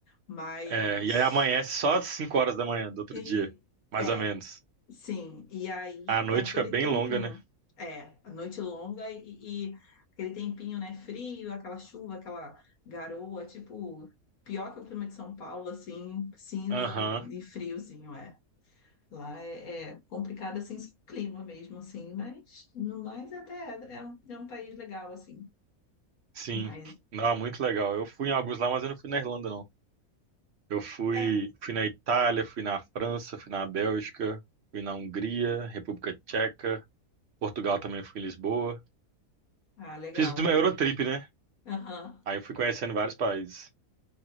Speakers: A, on the left (about 80°); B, on the right (about 55°).
A: Mas
B: É, e aí amanhece só às 5 horas da manhã do outro
A: e
B: dia, mais
A: é,
B: ou menos.
A: Sim, e aí
B: A noite
A: é aquele
B: fica bem
A: tempinho,
B: longa, né?
A: é, a noite longa e, e aquele tempinho, né, frio, aquela chuva, aquela garoa, tipo, pior que o clima de São Paulo, assim, cinza
B: Aham,
A: e, e friozinho, é. Lá é, é complicado, assim, o clima mesmo, assim, mas no mais até é, um, é um país legal, assim,
B: sim.
A: mas
B: Não, muito legal. Eu fui em alguns lá, mas eu não fui na Irlanda, não. Eu fui,
A: é,
B: fui na Itália, fui na França, fui na Bélgica, fui na Hungria, República Tcheca. Portugal também fui em Lisboa.
A: ah, legal,
B: Fiz uma Eurotrip, né?
A: aham.
B: Aí eu fui conhecendo vários países.